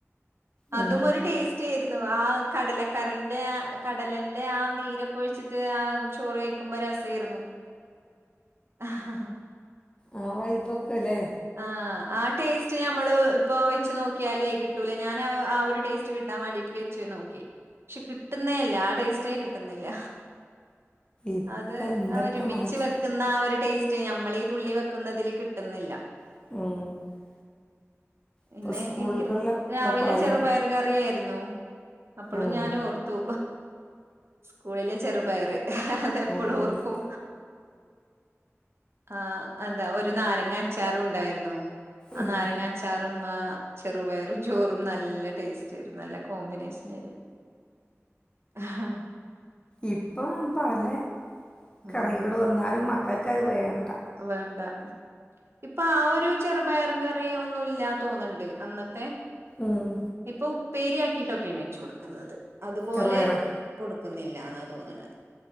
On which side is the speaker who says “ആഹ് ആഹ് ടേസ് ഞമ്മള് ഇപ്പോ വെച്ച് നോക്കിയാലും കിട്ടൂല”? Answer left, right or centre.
Right